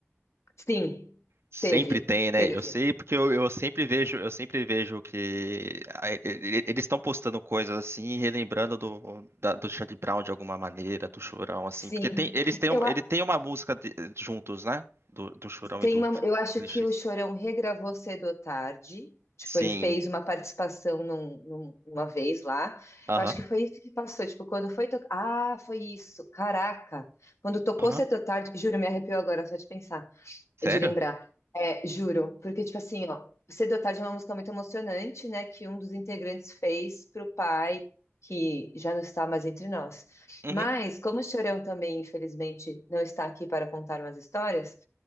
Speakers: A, on the left; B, on the right.
A: sim,
B: Sempre
A: teve,
B: tem, né?
A: teve.
B: Eu sei porque eu, eu sempre vejo, eu sempre vejo que a- e- e- eles estão postando coisas assim, relembrando do da, do Charlie Brown de alguma maneira, do Chorão assim,
A: Sim,
B: porque tem, eles têm,
A: eu,
B: uma-
A: a-
B: ele tem uma música de- juntos, né? Do, do Chorão
A: tem
B: e do
A: uma- eu acho
B: L
A: que
B: X.
A: o Chorão regravou Cedo ou Tarde. Tipo,
B: Sim.
A: ele fez uma participação num- num- uma vez lá.
B: Aham.
A: Eu acho que foi isso que passou. Tipo, quando foi tocar. Ah, foi isso. Caraca. Quando tocou
B: Aham.
A: Cedo ou Tarde. Juro, me arrepiou agora só de pensar.
B: Sério?
A: de lembrar. É, juro, porque, tipo assim, ó, Cedo ou Tarde é uma música muito emocionante, né? Que um dos integrantes fez pro pai, que já não está mais entre nós.
B: Uhum.
A: Mas, como o Chorão também, infelizmente, não está aqui para contar umas histórias,